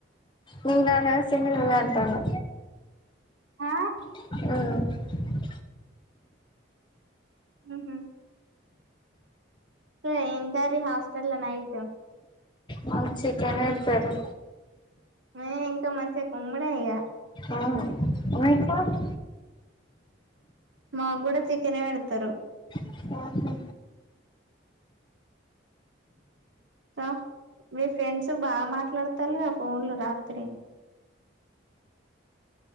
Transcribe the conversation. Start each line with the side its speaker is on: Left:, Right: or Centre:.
Left: నిన్న నా సింగుడు అ అంటాఅన్నా
Right: ఆ
Left: ఆ
Right: ఉహు సో ఏం కర్రీ హాస్టల్ ల నైట్
Left: మాద్ చికెన్ వేత్తారు
Right: మే ఇంకా మంచిగా కుమ్మడే ఇక
Left: ఆ అ రిస్మస్
Right: మాక్ కూడా చికెనే పెడతారు
Left: ఆహా
Right: అ మీ ఫ్రెండ్స్ బాగా మాట్లాడతార్ లే ఆ ఫోన్లో రాత్రి